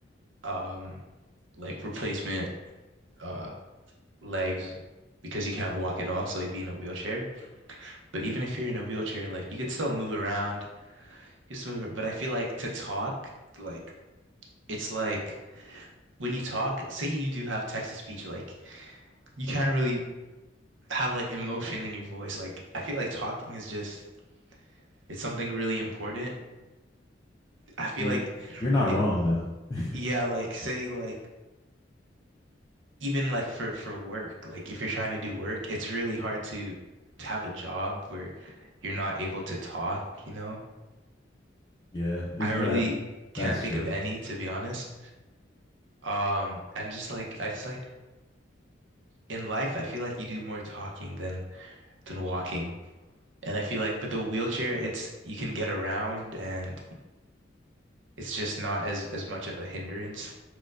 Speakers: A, on the right; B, on the left.
A: um like replacement uh legs because you can't walk at all, so he'd be in a wheelchair. But even if you're in a wheelchair, like you could still move around, you still move. But I feel like to talk, like it's like when you talk, say you do have text to speech, like you can't really have like emotion in your voice. Like I feel like talking is just it's something really important. I feel
B: i mean
A: like
B: you're not
A: it,
B: wrong though <laughs>
A: yeah, like say like even like for for work, like if you're trying to do work, it's really hard to to have a job where you're not able to talk, you know?
B: yeah it,
A: I really
B: it, that's
A: can't
B: that's
A: think
B: true
A: of any, to be honest. Um, and just like it's like in life, I feel like you do more talking than than walking. And I feel like with the wheelchair, it's you can get around and it's just not as as much of a hindrance,